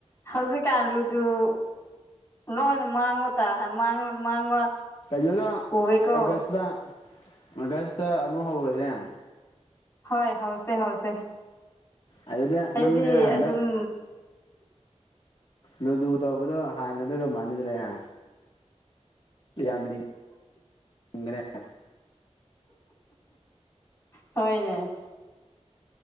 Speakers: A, on the left; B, on the left.
A: ꯍꯧꯖꯤꯛꯀꯥꯟ ꯂꯨꯗꯨ ꯂꯣꯏꯅ ꯃꯥꯡꯕ ꯃꯥꯡ ꯃꯥꯡꯕ
B: ꯀꯩꯅꯣꯗ
A: ꯎꯋꯦꯀꯣ
B: ꯑꯥꯒꯁꯇ ꯑꯥꯒꯁꯇ ꯑꯃꯨꯛ ꯍꯧꯔꯁꯦ
A: ꯍꯣꯏ ꯍꯧꯁꯦ ꯍꯧꯁꯦ
B: ꯑꯗꯨꯗ
A: ꯑꯩꯗꯤ
B: ꯅꯪꯁꯦ ꯍꯟꯗꯛ
A: ꯑꯗꯨꯝ
B: ꯂꯨꯗꯨ ꯇꯧꯕꯗꯣ ꯍꯥꯟꯅ ꯗꯨꯒ ꯃꯥꯟꯅꯗ꯭ꯔꯦ ꯍꯥ <unintelligible>
A: ꯍꯣꯏꯅꯦ